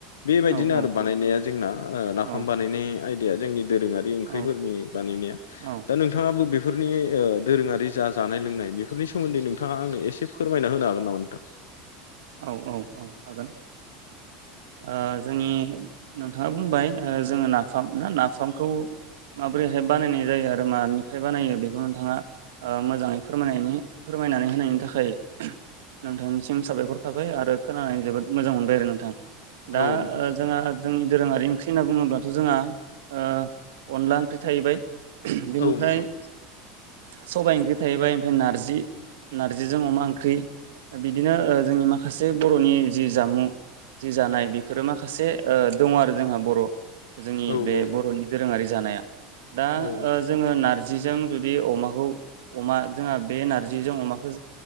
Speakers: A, on the left; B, on the right.
A: बेबायदिनो
B: औ
A: आरो बानायनाया
B: औ
A: जोंना ओ नाफाम
B: औ
A: बानायनाय आयदाया जोंनि दोरोङारि ओंख्रिफोरनि
B: औ
A: बानायनाया
B: औ
A: दा नों थाङाबो बेफोरनि ओ दोरोङारि जा जानाय लोंनाय बेफोरनि सोमोन्दै नोंथाङा आंनो एसे फोरमायना होनो हागोन नामा नोंथां
B: औ औ औ हागोन ओ जोंनि नोंथाङा बुंबाय ओ जों नाफाम ना नाफामखौ माबोरैहाय बानायनाय जायो आरो मानिफ्राय बानायो बेखौ नोंथाङा ओ मोजाङै फोरनायनि फोरमायनानै होनायनि थाखाय नोंथांनिसिम साबायखर थाबाय आरो खोनानानै जोबोद मोजां मोनबाय आरो नोंथां दा
A: औ नोंथां
B: ओ जोंहा जोंनि दोरोङारि ओंख्रि होनना बुङोब्लाथ' जोंहा ओ अनला ओंख्रि थाहैबाय। बेनिफ्राय
A: औ नोंथां
B: सबाय ओंख्रि थाहैबाय ओमफ्राय नारजि नार्जिजों अमा ओंख्रि बिदिनो जोंनि ओ माखासे बर'नि जि जामुं जि जानाय बेफोरो माखासे ओ दङ आरो जोंहा बर' जोंनि
A: औ
B: बे
A: औ
B: बर'नि दोरोङारि जानाया दा
A: औ नोंथां
B: ओ जोङो नारजि नारजिजों जुदि अमाखौ अमा जोंहा बे नार्जिजों अमाखौ।